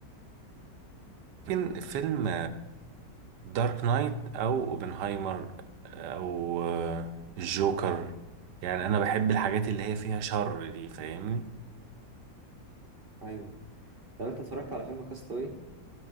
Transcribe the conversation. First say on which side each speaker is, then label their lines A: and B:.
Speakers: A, on the right; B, on the right.
A: لكن فيلم دارك نايت او اوبنهايمر او آه، الجوكر يعني انا بحب الحاجات اللي هي فيها شر دي فاهمني
B: ايوه طب انت اتفرجت على فيلم كاستاوي